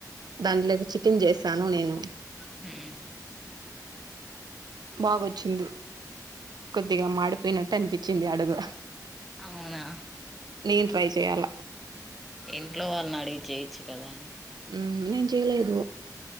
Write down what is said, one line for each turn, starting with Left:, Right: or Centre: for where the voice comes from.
Right: దాంట్లోకి చికెన్ జేసాను నేను
Centre: హ్మ్
Right: బాగొచ్చింది కొద్దిగా మాడిపోయినట్ట్ అనిపిచ్చింది అడుగు
Centre: అవునా
Right: నేన్ ట్రై చేయ్యాలా
Centre: ఇంట్లో వాళ్ళ్ని అడిగి చేయొచ్చు కదాండి
Right: ఉం నేన్ చేయలేదు